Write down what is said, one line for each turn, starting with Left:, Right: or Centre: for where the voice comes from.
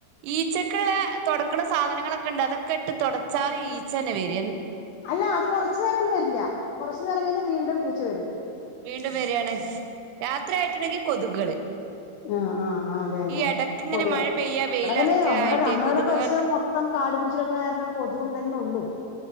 Right: ഈച്ചക്കുള്ള തുടക്കണ സാധനങ്ങളൊക്കെ ഉണ്ട് അതൊക്കെ ഇട്ട് തുടച്ചാല് ഈച്ച തന്നെ വര
Left: അല്ല അത് കുറച്ചു നേരത്തിന് വരില്ല കുറച്ചു നേരം കഴിഞ്ഞാൽ വീണ്ടും ഈച്ച വരും.
Right: വീണ്ടും വര്യയാണ് രാത്രി ആയിട്ടുണ്ടെങ്കി കൊതുകുകള്
Left: ആഹ് ആഹ് അതെ അതെ
Right: ഈ ഇടക്ക് ഇങ്ങനെ
Left: കൊതുവെ
Right: മഴ പെയ്യ വെയിലറിക്ക
Left: അവമ്മടെവന് നമ്മടെ
Right: ആയിട്ട്
Left: നമ്മളടെ
Right: കൊതുകുക
Left: പരിസരം മൊത്തം കാടുപിടി <unintelligible> കാരണം കൊതുകം തന്നെ ഉള്ളൂ